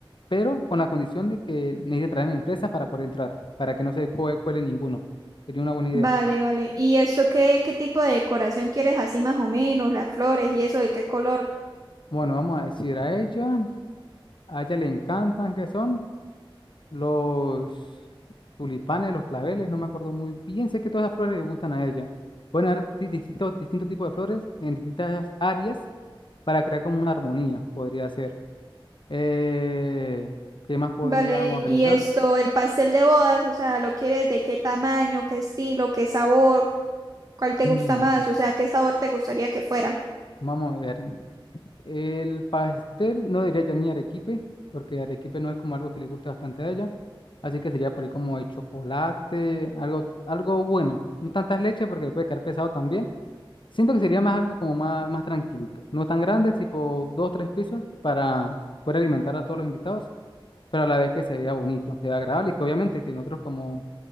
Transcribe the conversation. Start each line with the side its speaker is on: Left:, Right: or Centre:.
Left: pero con la condición de que necesite traer empresas para poder entrar, para que no se cue- cuele ninguno. Sería una buena idea.
Right: Vale, vale. ¿Y esto qué, qué tipo de decoración quieres así más o menos? Las flores y eso, ¿de qué color?
Left: Bueno, vamos a decir a ella, a ella le encantan qué son. los tulipanes, los claveles, no me acuerdo muy bien. Sé que todas las flores le gustan a ella. Pueden haber di- distintos, distintos tipos de flores en distintas áreas para crear como una armonía, podría ser. Eh, ¿qué más podríamos
Right: Vale,
Left: agregar?
Right: y esto, el pastel de bodas, o sea, ¿lo quieres de qué tamaño, qué estilo, qué sabor? ¿Cuál te
Left: Mm,
Right: gusta más? O sea, ¿qué sabor te gustaría que fuera?
Left: vamos a ver. El pastel no diría ya ni arequipe, porque arequipe no es como algo que le gusta bastante a ella. Así que sería por ahí como de chocolate, algo, algo bueno. No tantas leches porque le puede caer pesado también Siento que sería más algo como más, más tranquilito. No tan grande, tipo dos, tres pisos para poder alimentar a todos los invitados, pero a la vez que se vea bonito, se vea agradable y que obviamente que nosotros como,